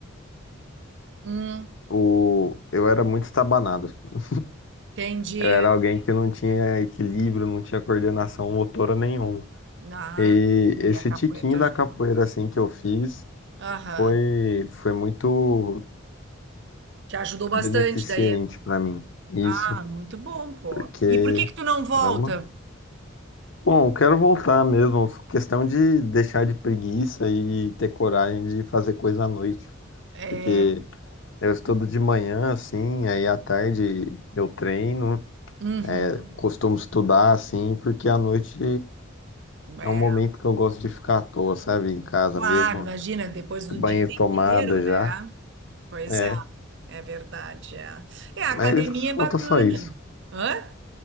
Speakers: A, on the right; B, on the left.
A: hum,
B: o, eu era muito estabanado. assim.
A: entendi.
B: Eu era alguém que não tinha equilíbrio, não tinha coordenação motora nenhuma.
A: Ah,
B: E esse
A: e a capoeira
B: tiquinho
A: te ajudou.
B: da capoeira assim que eu fiz
A: Aham.
B: Foi, foi muito
A: Te ajudou bastante
B: beneficente
A: daí.
B: pra mim, isso,
A: Ah, muito bom, pô.
B: porque,
A: E por que que tu não volta?
B: caramba. Bom, eu quero voltar mesmo, questão de deixar de preguiça e ter coragem de fazer coisa à noite,
A: É,
B: porque eu estudo de manhã, assim, aí à tarde eu treino,
A: uhum,
B: eu costumo estudar, assim, porque à noite
A: é,
B: é um momento que eu gosto de ficar à toa, sabe, em casa
A: claro,
B: mesmo,
A: imagina, depois do
B: banho
A: dia
B: e tomada
A: inteiro, né?
B: já,
A: Pois
B: é,
A: é, é verdade, é. É, a
B: mas
A: academia
B: falta
A: é bacana.
B: só isso,
A: Hã?